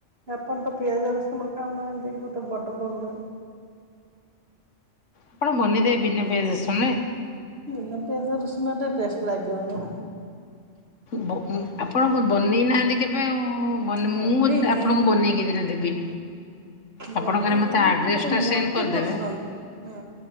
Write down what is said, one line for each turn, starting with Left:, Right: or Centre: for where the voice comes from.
Right: ଆପଣ ତ ପିଆଜ ରସୁଣ ଖାଉନାହାନ୍ତି ଗୋଟେ ବଡ ପ୍ରୋବ୍ଲେମ୍।
Left: ଆପଣ ବନେଇ ଦେବେ ବିନା ପିଆଜ ରସୁନ ରେ।
Right: ବିନା ପିଆଜ ରସୁଣ ରେ ଟେଷ୍ଟ ଲାଗିବନି।
Left: ବ ଉଁ ଆପଣ ବନେଇ ନାହାନ୍ତି କେବେ ଆଉ। ହୁଁ ବନ
Right: ବନେଇଛି
Left: ମୁଁ ଆପଣଙ୍କୁ ବନେଇକି ଦିନେ ଦେବି। ଆପଣ
Right: ବନେଇକି
Left: ଖାଲି ମୋତେ ଆଡ୍ରେସଟା
Right: ଟିକେ ମତେ
Left: ସେଣ୍ଡ କରିଦେବେ।
Right: ପସନ୍ଦ ହୁଁ।